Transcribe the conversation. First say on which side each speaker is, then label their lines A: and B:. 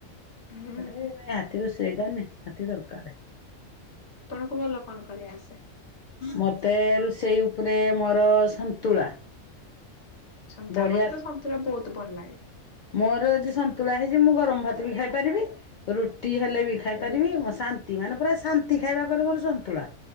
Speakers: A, on the left (about 60°); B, on the left (about 80°).
A: ହୁଁ
B: ସେଟେଇ ନିହାତି ରୋଷେଇ ଟା ନିହାତୀ ଦରକାର।
A: ଆପଣଙ୍କୁ ଭଲ କଣ କରି ଆସେ?
B: ମତେ ରୁଷେଇ ଉପରେ ମୋର ସନ୍ତୁଳା।
A: ସନ୍ତୁଳା
B: ବଢିଆ
A: ମତେ ତ ସନ୍ତୁଳା ବହୁତ ଭଲ ଲାଗେ।
B: ମୋର ଜଦି ସନ୍ତୁଳା ହେଇଛି ମୁଁ ଗରମ ଭାତ ବି ଖାଇପାରିବି ରୁଟି ହେଲେ ବି
A: ରୁଟି
B: ଖାଇ ପାରିବି
A: ରୁଟି।
B: ମୁଁ ସାନ ନ୍ତି ମାନେ ପୁରା ଶାନ୍ତି ଖାଇବା କହିଲେ ମୋର ସନ୍ତୁଳା।